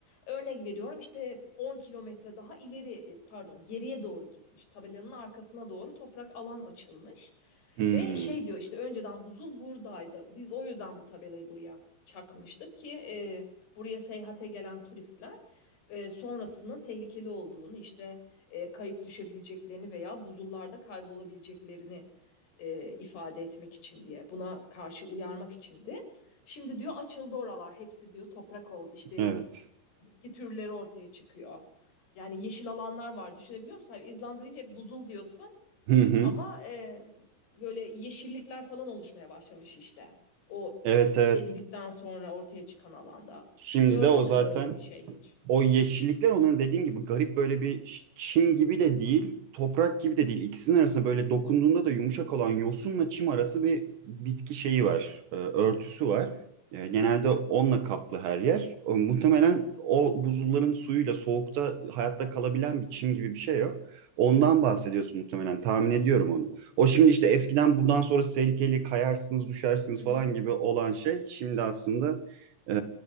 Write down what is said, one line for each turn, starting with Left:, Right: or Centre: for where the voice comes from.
Left: Örnek veriyorum işte 10 kilometre daha ileri e, pardon geriye doğru gitmiş. Tabelanın arkasına doğru toprak alan açılmış.
Right: Hmm.
Left: Ve şey diyor işte önceden buzul buradaydı. Biz o yüzden bu tabelayı buraya çakmıştık ki e, buraya seyahate gelen turistler e, sonrasının tehlikeli olduğunu işte e, kayıp düşebileceklerini veya buzullarda kaybolabileceklerini e, ifade etmek için diye buna karşı uyarmak içindi. Şimdi diyor açıldı oralar hepsi diyor toprak oldu işte
Right: Evet.
Left: bitki türleri ortaya çıkıyor. Yani yeşil alanlar var düşünebiliyor musun? İzlanda deyince hep buzul diyorsun.
Right: Hı hı.
Left: Ama e, böyle yeşillikler falan oluşmaya başlamış işte. O
Right: Evet evet.
Left: eridikten sonra ortaya çıkan alanda.
Right: Şimdi
Left: Gördün
Right: de o zaten
Left: mü böyle bir şey hiç?
Right: o yeşillikler onların dediğim gibi garip böyle bir çim gibi de değil, toprak gibi de değil. İkisinin arasında böyle dokunduğunda da yumuşak olan yosunla çim arası bir bitki şeyi var, e, örtüsü var. E, Genelde onunla kaplı her yer. O, muhtemelen o buzulların suyuyla soğukta hayatta kalabilen bir çim gibi bir şey o. Ondan bahsediyorsun muhtemelen. Tahmin ediyorum onu. O şimdi işte eskiden bundan sonra tehlikeli kayarsınız, düşersiniz
Left: Hı hı.
Right: falan gibi olan şey şimdi aslında e,